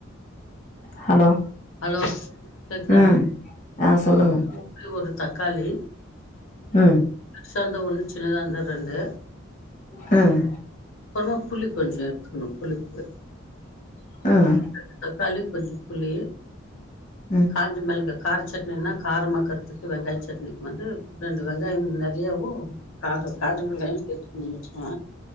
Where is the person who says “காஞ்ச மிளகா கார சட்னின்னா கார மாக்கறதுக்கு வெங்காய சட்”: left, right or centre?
Left